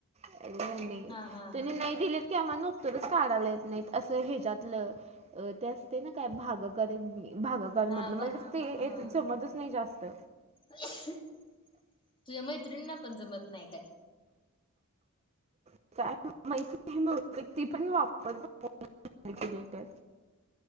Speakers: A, on the right; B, on the left.
A: <inaudible> त्यांनी
B: हा हा
A: नाही दिलीत की आम्हाला न उत्तरच काढायला येत नाहीत असं ह्याच्यातलं. अ ते असते ना काय भागाकार आणि भाग- <inaudible>
B: हा
A: मधलं मला
B: बा
A: तर ते
B: हा
A: येतं जमतच नाही जास्त.
B: तुझ्या मैत्रिनीना पण जमत नाही काय?
A: <inaudible> मैत्रिण बहुतेक ती पण वापरते कॅल्क्युलेटर.